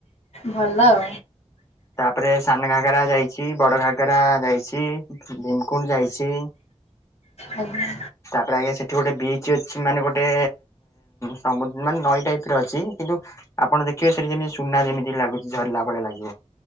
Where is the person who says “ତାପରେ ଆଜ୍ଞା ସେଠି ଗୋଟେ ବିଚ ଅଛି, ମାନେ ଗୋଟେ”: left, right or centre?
Left